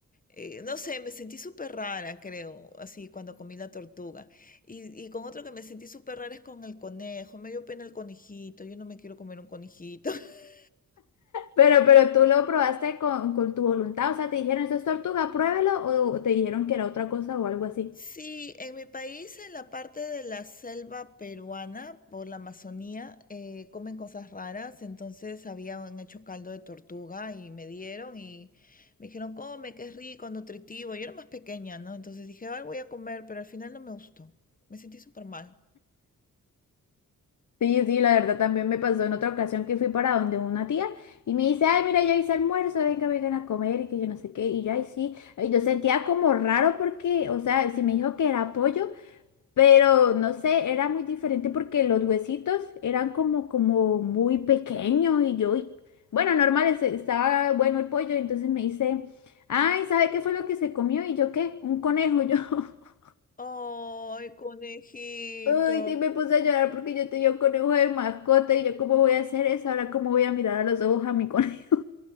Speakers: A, on the left (about 25°); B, on the left (about 60°).
A: Eh, no sé, me sentí súper rara, creo, así cuando comí la tortuga. Y, y con otro que me sentí súper rara es con el conejo, me dio pena el conejito, yo no me quiero comer un conejito. <laughs>
B: Pero, pero tú lo probaste con, con tu voluntad, o sea, te dijeron, esto es tortuga, pruébelo, o te dijeron que era otra cosa o algo así.
A: Sí, en mi país, en la parte de la selva peruana, por la Amazonía, eh, comen cosas raras. Entonces habían hecho caldo de tortuga y me dieron y me dijeron, come, que es rico, nutritivo. Yo era más pequeña, ¿no? Entonces dije, ay, voy a comer, pero al final no me gustó. Me sentí súper mal.
B: Sí, sí, la verdad también me pasó en otra ocasión que fui para donde una tía y me dice, ay, mira, yo hice almuerzo, venga, vengan a comer y que yo no sé qué, y yo, ay, sí, y yo sentía como raro porque, o sea, si me dijo que era pollo, Pero no sé, era muy diferente porque los huesitos eran como, como muy pequeños y yo, y- bueno, normal, es- estaba bueno el pollo, entonces me dice, ay, ¿sabe qué fue lo que se comió? Y yo, ¿qué? Un conejo, yo. <laughs>
A: Ay, conejito.
B: Uy, y me puse a llorar porque yo tenía un conejo de mascota y yo, ¿cómo voy a hacer eso? Ahora, ¿cómo voy a mirar a los ojos a mi conejo?